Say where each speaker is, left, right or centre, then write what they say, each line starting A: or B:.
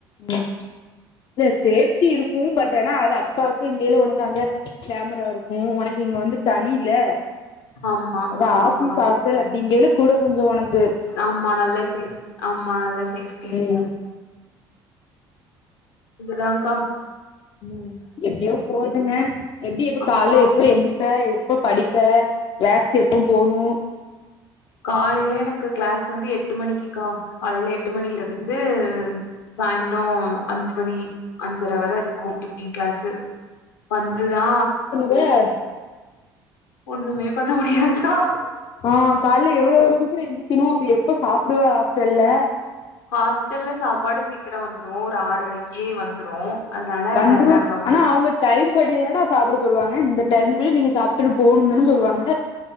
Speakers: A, on the left; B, on the left.
A: ம் இல்ல சேஃப்டி இருக்கு பட் ஆனா அது அக்காவுக்கு இங்கேல உனக்கு அங்க கேமரா இருக்கு உனக்கு இங்க வந்து தனில்ல
B: ஆமா
A: அது
B: ஆமாக்கா
A: ஆஃபிஸ் ஹாஸ்டல் அப்டிங்கைல கூட கொஞ்சோ உனக்
B: ஆமா நல்ல சேஃப் ஆமா நல்ல சேஃப்டி இருக்கு
A: ம்
B: இப்டிதாங்கா
A: ம் எப்டியோ போதுங்க எப்டி எப்ப காலைல
B: ஆமா
A: எப்ப எந்திப்ப எப்ப படிப்ப க்ளாஸ்க்கு எப்ப போணு
B: காலைல எனக்கு க்ளாஸ் வந்து எட்டு மணிக்குக்கா காலைல எட்டு மணில இருந்து சாய்ந்ரோ அஞ்சு மணி அஞ்சர வர இருக்கு எப்டியு க்ளாசு வந்து தா
A: ஏ
B: ஒன்னுமே பண்ண முடியாதுக்கா
A: அ காலைல எவ்ளோ சீக்கிரம் எந்திக்கணும் அப்ப எப்ப சாப்டுவ ஹாஸ்டல்ல
B: ஹாஸ்டல்ல சாப்பாடு சீக்கிரம் வந்துரும் ஒரு ஆற்ரைக்கு வந்துரு அதனால
A: வந்துரும்
B: நாங்க
A: ஆனா அவுங்கட் டைம் படி தானடா சாப்ட சொல்லுவாங்க இந்த டைம்குள்ல நீங்க சாப்ட்டு போணுனு தான சொல்லுவாங்க